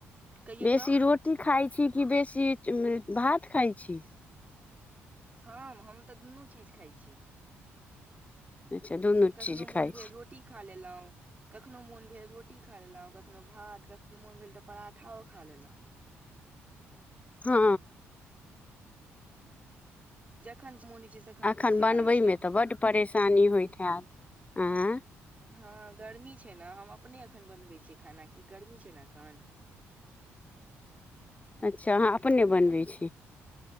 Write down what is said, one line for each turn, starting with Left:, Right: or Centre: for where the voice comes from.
Right: कहियौ
Left: बेसी
Right: तऽ
Left: रोटी खाइ छी कि बेसी भात खााय छी
Right: हँ हम तऽ दुनू चीज खाइ छी
Left: अच्छा दुनू
Right: कखनो
Left: चीज खाइ
Right: मोन भेल
Left: छी
Right: रोटी खा लेलहुँ कखनो मोन भेल रोटी रोट्टी खा लेलहुँ कखनहु भात कखनो मोन भेल तऽ पराठो खा लेलहुँ
Left: हँ
Right: जखन मोन छै तखन
Left: एखन
Right: से
Left: बनबै
Right: खा लै छियै
Left: मे तऽ बड्ड परेशानी होइत हैत आँय
Right: हँ गर्मी छै ने हम अपने एखन बनबै छियै खाना की गर्मी छै ने एखन
Left: अच्छा अहाँ अपने बनबै छी